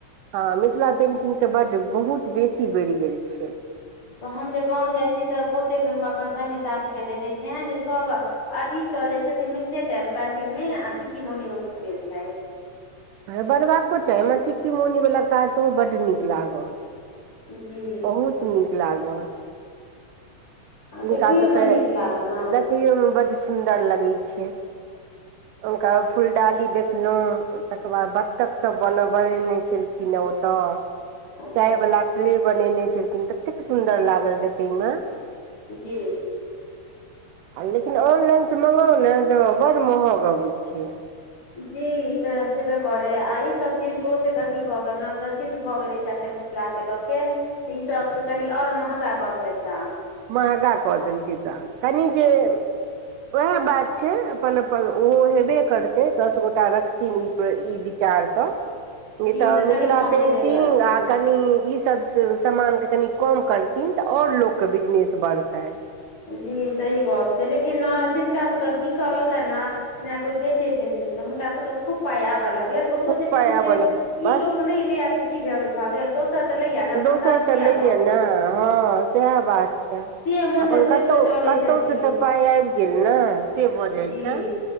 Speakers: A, on the right (about 85°); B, on the left (about 45°).
A: हाँ मिथिला पेन्टिंग तऽ बड्ड बहुत बेसी बढ़ि गेल छै
B: तऽ हम जे गाँव जाइ छी तऽ बहुते अपन संगी साथी के देखैत छियै जे सब अधिकतर जे छै से मिथिले पेन्टिंगमे आ सिक्की मौनीमे घुसि गेल छथि
A: बनबाको चाही हमरा सिक्की मौनीवला काज सेहो बड्ड नीक लागल
B: जी
A: बहुत नीक लागल हिनका
B: देखैयोमे
A: सबके
B: नीक लागल ने
A: देखैयोमे बड्ड सुन्दर लगै छैय। हुनका फुलडाली देखलहुँ तकर बाद बत्तखसब बन बनेने छलखिन। ओतऽ
B: अच्छा
A: चायवला ट्रे बनेने छलखिन ततेक सुन्दर लागल देखयमे।
B: जी
A: आ लेकिन ऑनलाइन से मंगाउ ने तऽ बड़ महग अबैत छैय।
B: जी ई तऽ छेबे करे आ ई सब चीज बहुते अथी भऽ गेल ने प्रसिद्ध भए गेलय से अखन मे मिथिला के लऽ के त ई सब के कनि आऔर महगा कऽ देलक दाम।
A: महगा कऽ देलकै दाम कनि जे उएह बात छैय अपन अपन ओ हेबे करतै दस गोटा रखथिन ई ई विचार नहि
B: जी
A: त
B: तऽ कनि
A: मिथिला
B: कम
A: पेंटिंग
B: हेबे करतै
A: आ कनि ई सब सामानके कनि कम करथिन तऽ ओर लोकके बिजनेस बढ़तै।
B: जी सही गप छैय लेकिन जिनका सबके बिक लगलनि ने जेना कोइ बेचै छथिन तऽ हुनकासबके तऽ खूब पाय लगलै तऽ ओ सोचे
A: खूब
B: छथिन
A: पाय आबऽ
B: जे
A: लगतै
B: ई
A: बस
B: लोक नहि लैया तऽ की भऽ गेल दोसर तऽ लैया ने
A: दोसर
B: हम दाम
A: तऽ
B: किया
A: लैए
B: कम
A: ने
B: करतियै
A: हाँ सएह बात
B: से मोनमे
A: अपन
B: सोचि
A: कतहु
B: कऽ चलै
A: कतहुसे
B: छथिन
A: तऽ पाई आब गेल ने से भऽ
B: जी
A: जाइ छैय।